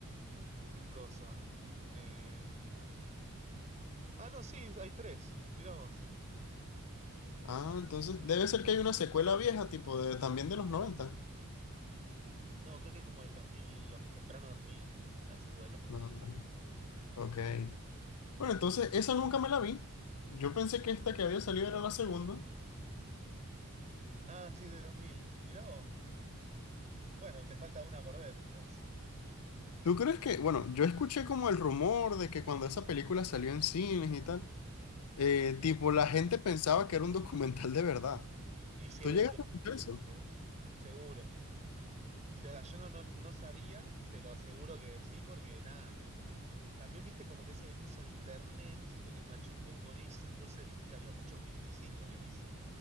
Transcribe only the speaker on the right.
en coso? En... Ah, no, sí, hay tres. Mirá vos.
No, creo que es como el 2000 los tempranos 2000 la secuela.
Ah, sí, de 2000. Mirá vos. Bueno, te falta una por ver, entonces.
Y seguro,
segu- seguro. O sea, yo no, no, no sabía, pero seguro que sí, porque nada. También viste como que ese inicio de internet, siento que maché un poco con eso, entonces viste que había mucho misticismo al inicio.